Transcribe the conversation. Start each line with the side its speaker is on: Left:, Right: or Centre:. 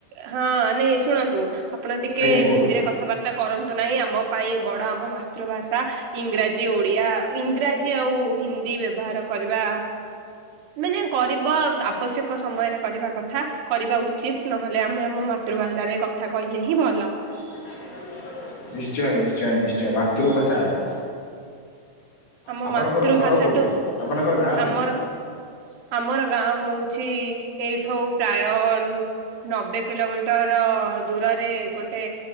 Right: ହଁ ନାଇ ଶୁଣନ୍ତୁ ଆପଣ ଟିକେ
Left: ଆଜ୍ଞା କୁହନ୍ତୁ
Right: ହିନ୍ଦୀରେ କଥାବା ର୍ତ୍ତା କରନ୍ତୁ ନାହିଁ ଆମ ପାଇଁ ବଡ଼ ଆମ ମାତୃଭାଷା। ଇଂରାଜୀ ଓଡିଆ ଇଂରାଜୀ ଆଉ ହିନ୍ଦୀ ବ୍ୟବହାର କରିବା ମାନେ କରିବ ଆବଶ୍ୟକ ସମୟରେ କରିବା କଥା। କରିବା ଉଚିତ ନହେଲେ ଆମେ ଆମ ମାତୃଭାଷାରେ କଥା କହିଲେ ହିଁ ଭଲ।
Left: ନିଶ୍ଚୟ ନିଶ୍ଚୟ ନିଶ୍ଚୟ ମାତୃଭାଷା ଆଗ।
Right: ଆମ
Left: ଆପଣଙ୍କର
Right: ମାତୃଭାଷାଠୁ
Left: ଘର କୋଉଠି? ଆପଣଙ୍କର ଗାଁ କୋଉଠି?
Right: ଆମର ଆମର ଗାଁ ହଉଛି ଏଇଠୁ ପ୍ରାୟ ନବେ କିଲୋମିଟର ଦୂରରେ ଗୋଟେ